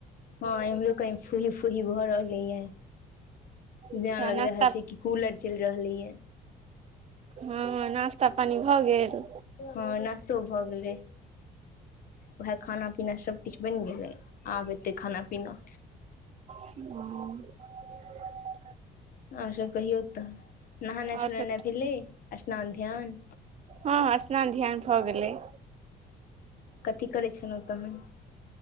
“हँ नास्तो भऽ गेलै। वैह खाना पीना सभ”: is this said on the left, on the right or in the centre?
Left